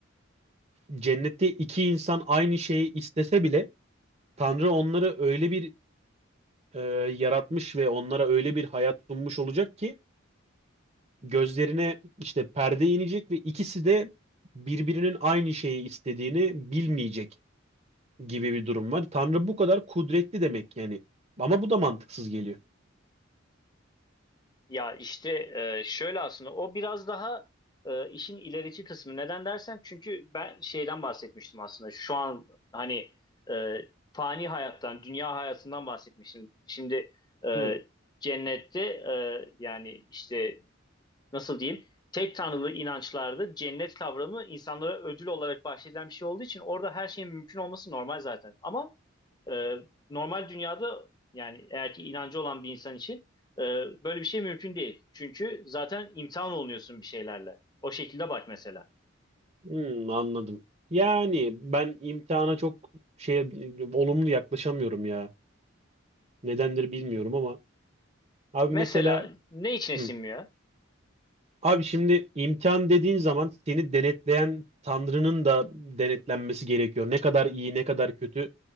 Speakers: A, on the right; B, on the left.
A: Cennette iki insan aynı şeyi istese bile Tanrı onları öyle bir e, yaratmış ve onlara öyle bir hayat sunmuş olacak ki gözlerine işte perde inecek ve ikisi de birbirinin aynı şeyi istediğini bilmeyecek. gibi bir durum var. Tanrı bu kadar kudretli demek yani. Ama bu da mantıksız geliyor.
B: Ya işte e, şöyle aslında o biraz daha e, işin ilerici kısmı. Neden dersen çünkü ben şeyden bahsetmiştim aslında. Şu an hani e, fani hayattan, dünya hayatından bahsetmiştim. Şimdi e,
A: Hı,
B: cennette e, yani işte nasıl diyeyim tek tanrılı inançlarda cennet kavramı insanlara ödül olarak bahşedilen bir şey olduğu için orada her şeyin mümkün olması normal zaten. Ama e, normal dünyada yani eğer ki inancı olan bir insan için e, böyle bir şey mümkün değil. Çünkü zaten imtihan olunuyorsun bir şeylerle. O şekilde bak mesela.
A: hı, anladım. Yani ben imtihana çok şey olumlu yaklaşamıyorum ya. Nedendir bilmiyorum ama abi
B: Mesela
A: mesela
B: ne içine
A: hı.
B: sinmiyor?
A: Abi şimdi imtihan dediğin zaman seni denetleyen Tanrı'nın da denetlenmesi gerekiyor. Ne kadar iyi, ne kadar kötü.